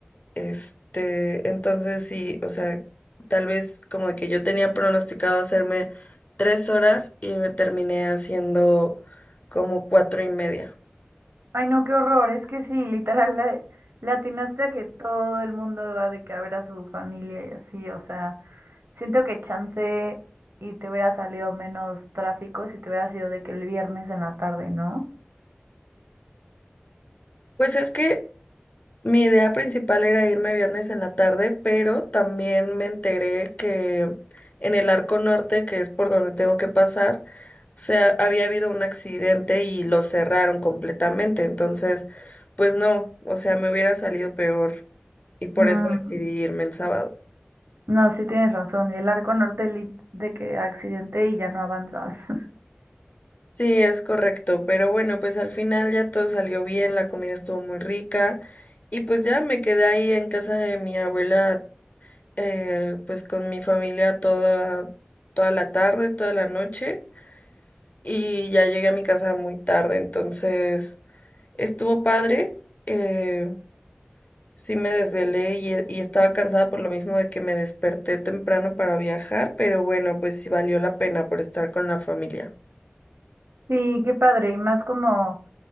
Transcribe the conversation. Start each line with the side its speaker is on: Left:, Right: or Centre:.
Left: Este, entonces sí, o sea, tal vez como que yo tenía pronosticado hacerme tres horas y me terminé haciendo como cuatro y media.
Right: Ay, no, qué horror. Es que sí, literal, la, le atinaste a que todo el mundo va de que a ver a su familia y así. O sea, siento que chance y te hubiera salido menos tráfico si te hubiera sido de que el viernes en la tarde, ¿no?
Left: Pues es que Mi idea principal era irme viernes en la tarde, pero también me enteré que en el Arco Norte, que es por donde tengo que pasar, se ha- había habido un accidente y lo cerraron completamente. Entonces, pues no, o sea, me hubiera salido peor y por
Right: Mm,
Left: eso decidí irme en sábado.
Right: no, sí tienes razón. Y el arco norte lit- de que accidente y ya no avanzas.
Left: Sí, es correcto, pero bueno, pues al final ya todo salió bien, la comida estuvo muy rica y pues ya me quedé ahí en casa de mi abuela eh, pues con mi familia toda, toda la tarde, toda la noche y ya llegué a mi casa muy tarde, entonces estuvo padre, eh, sí me desvelé y, eh, y estaba cansada por lo mismo de que me desperté temprano para viajar, pero bueno, pues sí valió la pena por estar con la familia.
Right: Sí, qué padre, y más como,